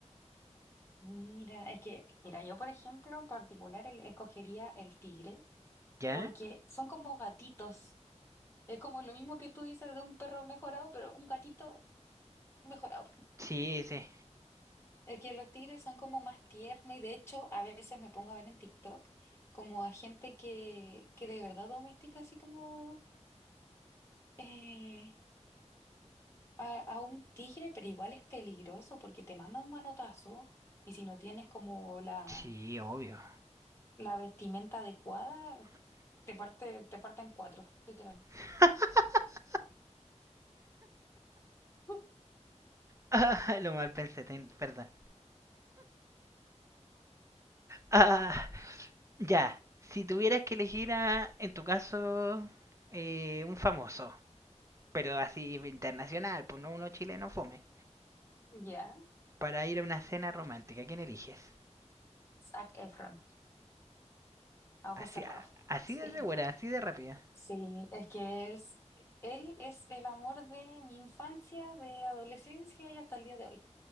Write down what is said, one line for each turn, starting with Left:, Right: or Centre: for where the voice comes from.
Left: Mira, es que, mira, yo por ejemplo en particular el- escogería el tigre
Right: ¿ya?
Left: porque son como gatitos. Es como lo mismo que tú dices de un perro mejorado, pero un gatito mejorado. <laughs>
Right: Sí, sí.
Left: Es que los tigres son como más tiernos y de hecho a veces me pongo a ver en TikTok como a gente que, que de verdad domestica así como eh, a, a un tigre, pero igual es peligroso porque te manda un manotazo y si no tienes como la,
Right: Sí, obvio.
Left: la vestimenta adecuada, te parte, te parte en cuatro, literal.
Right: <laughs>
Left: <laughs>
Right: Ah, Lo mal pensé, ten- perdón. Ah, ya, si tuvieras que elegir a, en tu caso, eh, un famoso, pero así internacional, pues no uno chileno fome,
Left: Ya,
Right: para ir a una cena romántica, ¿quién eliges?
Left: Zac Efron, a ojos
Right: Así,
Left: cerrados.
Right: a- así
Left: Sí,
Right: de segura, así de rápida.
Left: sí, es que es, él es el amor de mi infancia, de adolescencia y hasta el día de hoy.